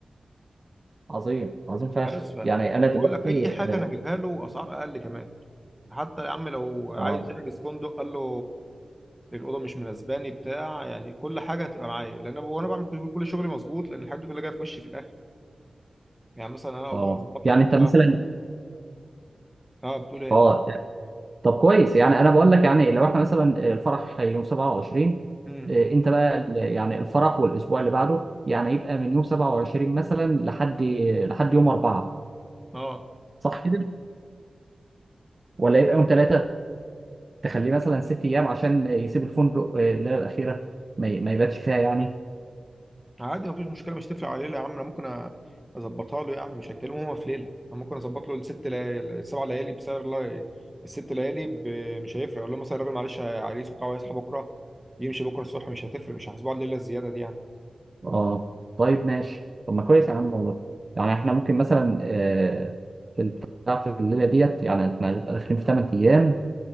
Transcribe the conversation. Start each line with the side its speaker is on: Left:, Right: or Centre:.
Right: عظيم عظيم فشخ
Centre: بس ف
Right: يعني انا
Centre: بقول
Right: دلوقتي
Centre: لك اي حاجه
Right: اه
Centre: انا اجيبها له اسعار اقل كمان حتى يا عم لو عايز
Right: اه
Centre: يحجز فندق قال له الاوضه مش مناسباني بتاع يعني كل حاجه هتبقى معايا لان انا وانا بعمل كل كل شغلي مظبوط لان الحاجات دي كلها جايه في وشي في الاخر يعني مثلا انا قلت
Right: آه.
Centre: له هظبط لك
Right: يعني
Centre: كذا
Right: انت مثلا
Centre: اه بتقول ايه
Right: اه طب كويس يعني انا بقول لك يعني لو احنا مثلا الفرح يوم 27
Centre: امم
Right: آه، انت بقى ال- يعني الفرح والاسبوع اللي بعده يعني يبقى من يوم 27 مثلا لحد لحد يوم 4
Centre: اه
Right: صح ولا يبقى يوم ثلاثة تخليه مثلا ست أيام عشان يسيب الفندق آه، الليلة الأخيرة ما ي- ما يباتش فيها يعني
Centre: عادي مفيش مشكله مش تفرق عليه يا عم انا ممكن أ- اظبطها له يعني مش هتكلمه هو في ليله انا ممكن اظبط له الست ليالي السبع ليالي بسعر لا الست ليالي ب... مش هيفرق اقول له مثلا الراجل معلش عريس وبتاع ويصحى بكره يمشي بكره الصبح مش هتفرق مش هحاسبه على الليله الزياده دي يعني
Right: اه طيب ماشي طب ما كويس يا عم والله يعني احنا ممكن مثلا آه، في البتاع في الليلة ديت يعني احنا هنبقى داخلين في ثمان أيام